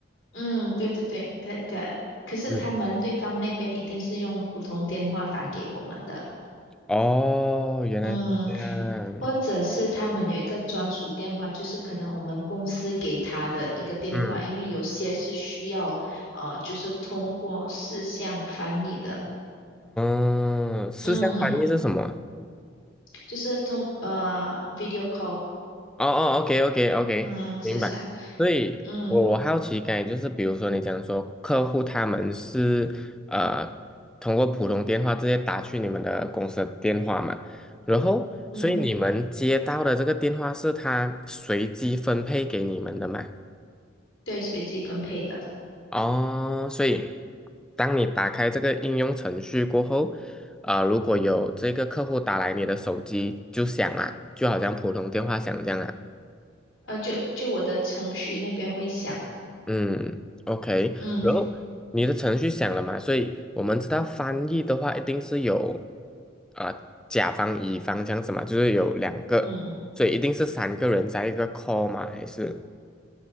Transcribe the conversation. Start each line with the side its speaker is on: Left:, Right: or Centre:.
Left: 嗯，对对对，他他，可是他们对方那边一定是用普通电话打给我们的。
Centre: 嗯，哦，原来是这样。
Left: 嗯。或者是他们有一个专属电话，就是可能我们公司给他的一个电话，
Centre: 嗯，
Left: 因为有些是需要呃，就是通过视像翻译的，
Centre: 嗯，事项翻译是什么啊？
Left: 嗯，就是通呃 video call，
Centre: 哦哦，OK，OK，OK，
Left: 嗯，是像，
Centre: 明白。所以，
Left: 嗯
Centre: 我我好奇，刚才就是，比如说你讲说客户他们是呃通过普通电话直接打去你们的公司的电话嘛，然后，
Left: 嗯，
Centre: 所以你们接到的这个电话是他随机分配给你们的嘛？
Left: 对，随机分配的，
Centre: 哦，所以当你打开这个应用程序过后，呃，如果有这个客户打来你的手机就响了，就好像普通电话响这样啊。
Left: 呃，就就我的程序那边会响，
Centre: 嗯，OK，
Left: 嗯
Centre: 然后你的程序响了嘛？所以我们知道翻译的话，一定是有啊、呃甲方乙方这样子嘛，就是有两个，
Left: 嗯，
Centre: 所以一定是三个人在一个 call 嘛，还是